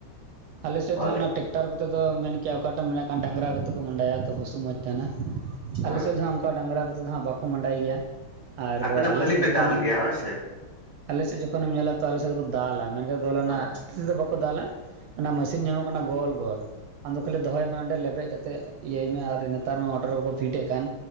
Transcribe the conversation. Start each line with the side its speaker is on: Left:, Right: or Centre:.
Right: ᱟᱞᱮᱥᱮᱫ
Left: ᱦᱳᱭ
Right: ᱫᱚ ᱚᱱᱟ ᱴᱮᱠᱴᱟᱨ ᱴᱟᱠᱴᱟᱨ ᱠᱚᱛᱮ ᱫᱚ ᱢᱮᱱ ᱠᱮᱭᱟ ᱚᱠᱟᱴᱟᱜ ᱮᱢ ᱢᱮᱱᱮᱜ ᱠᱟᱱ ᱰᱟᱝᱨᱟ ᱠᱚᱛᱮ ᱠᱚ ᱢᱟᱸᱰᱟᱭᱟ ᱛᱚ ᱵᱚᱥᱩᱵ ᱢᱚᱡᱽ ᱛᱟᱦᱮᱸᱱᱟ
Left: ᱦᱮᱸ
Right: ᱟᱞᱮ ᱥᱮᱫ ᱫᱚ ᱚᱱᱠᱟ ᱰᱟᱝᱨᱟ ᱠᱚᱛᱮ ᱫᱚ ᱦᱟᱸᱜ ᱵᱟᱠᱚ ᱢᱟᱸᱰᱟᱭ ᱜᱮᱭᱟ ᱟᱨ
Left: ᱟᱯᱮ ᱫᱚ
Right: ᱟᱞᱮ
Left: ᱠᱷᱟᱹᱞᱤ
Right: ᱥᱮᱫ
Left: ᱯᱮ
Right: ᱡᱚᱠᱷᱚᱱᱮᱢ
Left: ᱫᱟᱞ ᱜᱮᱭᱟ ᱦᱳᱭ ᱥᱮ
Right: ᱟᱞᱮᱥᱮᱫ ᱡᱚᱠᱷᱚᱱᱮᱢ ᱧᱮᱞᱟ ᱛᱚ ᱟᱞᱮ ᱥᱮᱫ ᱫᱚ ᱫᱟᱞᱟ ᱢᱮᱱᱠᱷᱟᱱ ᱫᱚ ᱚᱱᱟ
Left: ᱦᱳᱭ
Right: ᱛᱤ ᱛᱮ ᱫᱚ ᱵᱟᱠᱚ ᱫᱟᱞᱟ ᱚᱱᱟ ᱢᱤᱥᱤᱱ ᱧᱟᱢᱚᱜ ᱠᱟᱱᱟ ᱜᱳᱞ ᱜᱳᱞ ᱟᱢᱫᱚ ᱠᱷᱟᱹᱞᱤ ᱫᱚᱦᱚᱭ ᱢᱮ ᱚᱸᱰᱮ ᱞᱮᱵᱮᱫ ᱠᱟᱛᱮᱜ ᱤᱭᱟᱹᱭ ᱢᱮ ᱟᱨ ᱱᱮᱛᱟᱨ ᱢᱟ ᱢᱚᱴᱚᱨ ᱠᱚᱠᱚ ᱯᱷᱤᱴ ᱮᱫ ᱠᱟᱱ